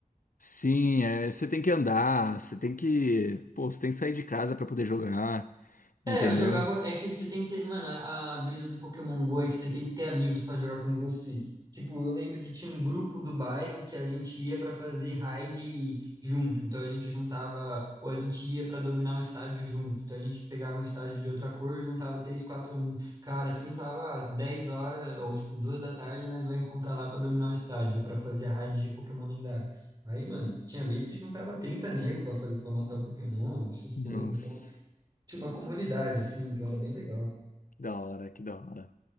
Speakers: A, on the left; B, on the right.
A: Sim, é, você tem que andar, você tem que, pô, você tem que sair de casa pra poder jogar, entendeu?
B: É, eu jogava. É que você tem que ter. Mano, a, a brisa do Pokémon Go é que você tem que ter amigos pra jogar com você. Tipo, eu lembro que tinha um grupo do bairro que a gente ia pra fazer raid junto. Então a gente juntava. Ou a gente ia pra dominar um estádio junto. Então a gente pegava um estádio de outra cor, juntava três, quatro caras assim, falava, ah, 10 horas, ou tipo, duas da tarde, nós vai encontrar lá pra dominar o estádio, ou pra fazer a raid de Pokémon lendário. Aí, mano, tinha vez que juntava 30 negros pra fazer, para matar Pokémon, essas
A: Nossa,
B: coisas. Então. Tinha uma comunidade, assim, então era bem legal.
A: que da hora, que da hora.